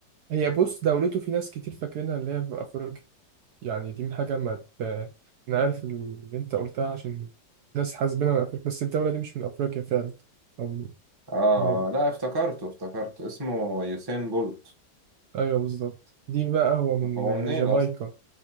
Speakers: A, on the right; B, on the right.
A: هي بص دولته في ناس كتير فاكرينها اللي هي في أفريقيا يعني دي حاجة ما ت... أنا عارف اللي أنت قلتها عشان ناس حاسبينها من أفريقيا بس الدولة دي مش من أفريقيا فعلا أو...
B: اه
A: م-
B: آه، لا افتكرته افتكرته اسمه يوسين بولت
A: أيوه بالظبط دي بقى هو من
B: هو منين
A: جامايكا
B: اصلا